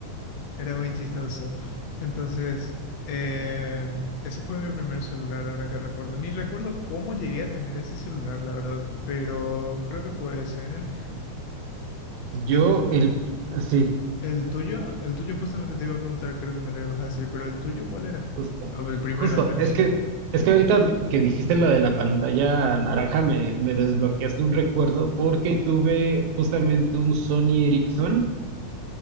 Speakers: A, on the left (about 70°); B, on the right (about 80°).
A: Era muy chistoso. Entonces, em, ese fue mi primer celular, ahora que recuerdo. Ni recuerdo cómo llegué a tener ese celular, la verdad, pero creo que fue ese, ¿eh?
B: Yo,
A: ¿Y el,
B: el, sí,
A: el tuyo? El tuyo justamente te iba a preguntar, creo que me lo ibas a decir, pero ¿el tuyo cuál era?
B: justo,
A: O el primero
B: justo,
A: al menos.
B: es que, es que ahorita que dijiste lo de la pantalla naranja me, me desbloqueaste un recuerdo porque tuve justamente un Sony Ericsson, eh,